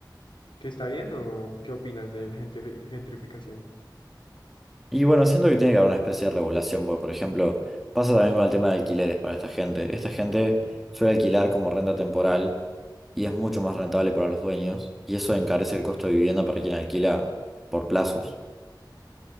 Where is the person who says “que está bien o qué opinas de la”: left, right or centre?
Left